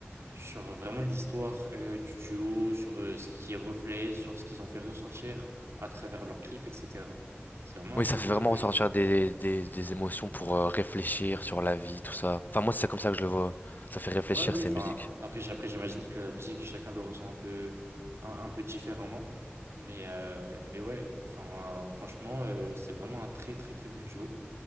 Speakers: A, on the right (about 80°); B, on the left (about 45°).
A: sur vraiment l'histoire euh, du duo, sur euh, ce qui reflète, sur ce qu'ils ont fait ressentir à travers leurs clips, etc. C'est vraiment un
B: Oui,
A: duo
B: ça fait
A: que,
B: vraiment
A: que
B: ressortir
A: j'aime beaucoup.
B: des, des, des émotions pour euh, réfléchir
A: Hmm.
B: sur la vie, tout ça. Enfin, moi, c'est comme ça que je le vois. Ça fait réfléchir
A: Ouais, oui,
B: ces
A: enfin,
B: musiques.
A: après, j'- après j'imagine que la musique, chacun le ressent un peu, un, un peu différemment. Mais, euh, mais ouais, enfin, franchement, euh, c'est vraiment un très, très, très bon duo.